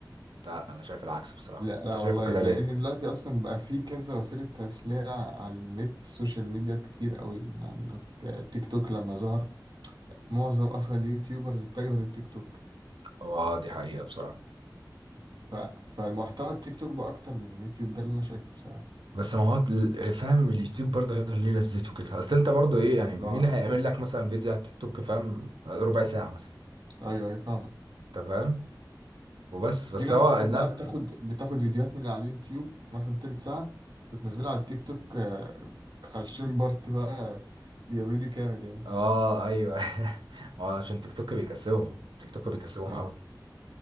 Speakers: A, on the right (about 85°); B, on the right (about 65°).
A: لا انا شايف العكس بصراحة
B: لا
A: انت
B: لا
A: شايفه
B: والله
A: كده
B: لان
A: ليه؟
B: دلوقتي اصلا بقى في كذا وسيله تسليه على النت السوشيال ميديا كتير قوي عندك تيك توك لما ظهر معظم اصلا اليوتيوبرز اتجهوا للتيك توك
A: هو اه دي حقيقة بصراحة
B: ف... فمحتوى التيك توك بقى اكتر من اليوتيوب ده اللي انا شايفه بصراحه
A: بس ما هو ال- فاهم اليوتيوب برضه هيفضل ليه لذته كده اصل انت برضه ايه يعني مين
B: اه
A: هيعمل لك مثلا فيديو على التيك توك فاهم ربع ساعة مثلا
B: ايوه ايوه فاهمك
A: انت فاهم وبس
B: في
A: بس
B: ناس
A: هو
B: اصلا
A: الناس
B: بقى بتاخد بتاخد فيديوهات من اللي على اليوتيوب مثلا تلت ساعه وتنزلها على التيك توك آه، 50 بارت بقى يبقى فيديو كامل يعني
A: اه ايوه <laughs> ما هو عشان تيك توك بيكسبهم تيك توك بيكسبهم
B: اه
A: قوي